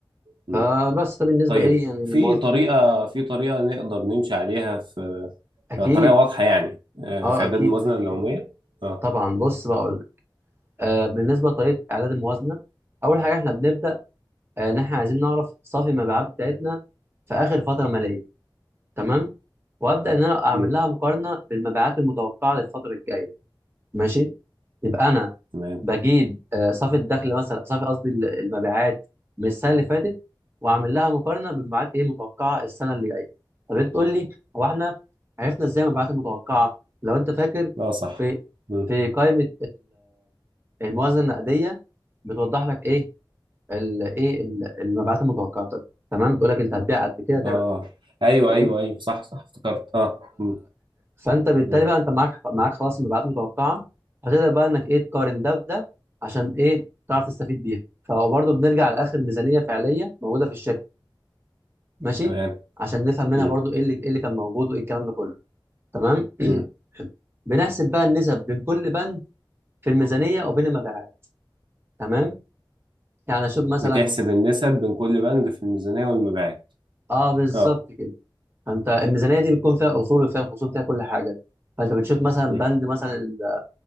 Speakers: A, on the right; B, on the right.
A: مم.
B: فبس ده بالنسبه
A: طيب
B: ايه يعني للموازنه
A: في طريقة في طريقة نقدر نمشي عليها في
B: اكيد
A: آه، طريقة واضحة يعني آه،
B: اه
A: في إعداد
B: اكيد
A: الموازنة
B: اكيد
A: العمومية؟ اه
B: طبعا بص بقول لك آه بالنسبه لطريقه اعداد الموازنه اول حاجه احنا بنبدا آه، ان احنا عايزين نعرف صافي المبيعات بتاعتنا في اخر فتره ماليه تمام وابدا ان انا اعمل
A: مم.
B: لها مقارنه بالمبيعات المتوقعه للفتره الجايه ماشي يبقى انا
A: تمام
B: بجيب آه، صافي الدخل مثلا صافي قصدي ال- المبيعات من السنه اللي فاتت واعمل لها مقارنه بالمبيعات ايه متوقعه السنه اللي جايه طب انت تقول لي هو احنا عرفنا ازاي المبيعات المتوقعه لو انت فاكر
A: اه صح
B: في
A: مم.
B: في قائمه الموازنه النقديه بتوضح لك ايه ال ايه ال- المبيعات المتوقعه تمام بتقول لك انت هتبيع قد كده هتعمل
A: اه
B: قد كده
A: ايوه
B: تمام
A: ايوه ايوه صح صح افتكرت اه مم.
B: فانت بالتالي
A: مم.
B: بقى انت معاك معاك خلاص المبيعات المتوقعه هتقدر بقى انك ايه تقارن ده بده عشان ايه تعرف تستفيد بيها فبرضه بنرجع لاخر ميزانيه فعليه موجوده في الشركه ماشي
A: تمام
B: عشان نفهم منها
A: مم.
B: برضه ايه اللي ايه اللي كان موجود وايه الكلام ده كله تمام
A: مم.
B: <clears throat> بنحسب بقى النسب بين كل بند في الميزانيه وبين المبيعات تمام يعني اشوف مثلا
A: بتحسب النسب بين كل بند في الميزانية والمبيعات
B: اه بالظبط
A: اه
B: كده فانت الميزانيه دي بتكون فيها اصول وفيها خصوم فيها كل حاجه فانت بتشوف مثلا
A: مم.
B: بند مثلا ال-